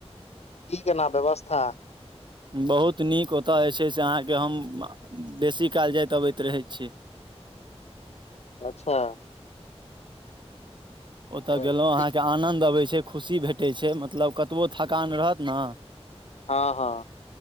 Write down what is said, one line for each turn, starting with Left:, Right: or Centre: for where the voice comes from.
Left: की केना व्यवस्था?
Right: बहुत नीक, ओतय जे छै से अहाँके हम बेसी काल जाइत अबैत रहै छी।
Left: अच्छा।
Right: ओतए
Left: तऽ
Right: गेलों अहाँ के आनंद अबै छै खुशी भेटै छै, मतलब कतबो थकान रहत ने।
Left: हां हां।